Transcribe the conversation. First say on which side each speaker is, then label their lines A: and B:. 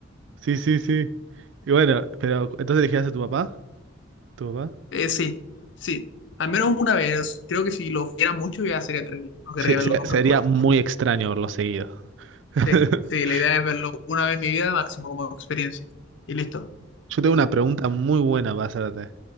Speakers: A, on the right; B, on the left.
A: Sí, sí, sí. Y bueno, pero entonces elegirías a tu papá, tu papá.
B: Eh, sí, sí, al menos una vez, creo que si lo viera mucho ya sería terrible, no querría
A: Se-
B: verlo
A: se-
B: nunca
A: sería
B: más.
A: muy extraño verlo seguido. <laughs>
B: Sí, sí, la idea es verlo una vez en mi vida máximo como experiencia. Y listo,
A: Yo tengo una pregunta muy buena para hacerte,